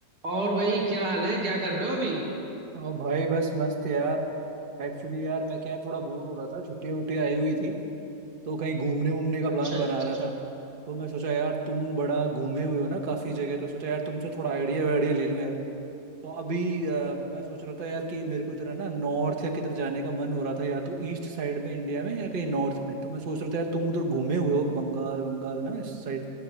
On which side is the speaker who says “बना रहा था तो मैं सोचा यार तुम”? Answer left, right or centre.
Right